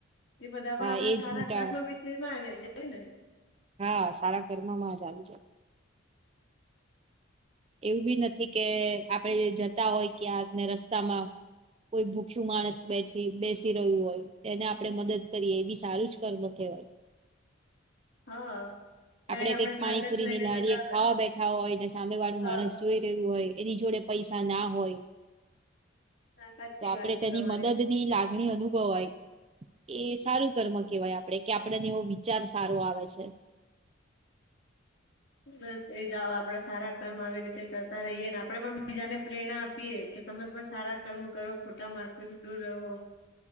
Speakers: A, on the left; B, on the right.
A: તે બધા
B: હા
A: પણ આપડા
B: એજ
A: સારા
B: મોટા
A: કર્મ વિશે માં જ આઈ જાય ને
B: હા સારા કર્મ માં જ આવી જાય. એવું બી નથી કે આપડે જતા હોય ક્યાંને રસ્તામાં કોઈ ભૂખ્યુ માણસ બેઠ બેસી રહ્યું હોય તેને આપણે મદદ કરીએ એ બી સારું જ કર્મ કહેવાય.
A: હા ક્યારેક
B: આપડે કંઈક
A: સાધન
B: પાણીપુરી
A: લઈને
B: ની લારીએ
A: જતા
B: ખાવા
A: હોય
B: બેઠા હોય ને સામે વાળું
A: હા
B: માણસ જોઈ રહ્યું હોય એની જોડે પૈસા ના હોય.
A: સાચી
B: તો આપણે
A: વાત છે
B: તેની
A: તમારી
B: મદદ ની લાગણી અનુભવાય એ સારું કર્મ કેવાય આપડે કે આપડને એવો વિચાર સારો આવે છે.
A: બસ એજ આવ આપડે સારા કર્મ આવી રીતે કરતા રહીએ ને આપડે પણ બીજાને પ્રેરણા આપીએ. કે તમે પણ સારા કર્મ કરો ખોટા માર્ગથી દૂર રહો.